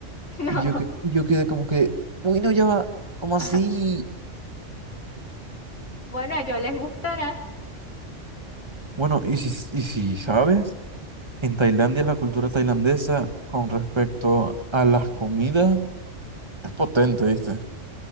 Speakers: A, on the left (about 75°); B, on the right (about 20°).
A: <laughs> No.
B: Y yo, que- y yo quedé como que, uy, no, ya va, ¿cómo así?
A: <laughs> Bueno, a ellos les gustará,
B: Bueno, y si, y si sabes, en Tailandia la cultura tailandesa con respecto a las comidas es potente, ¿viste?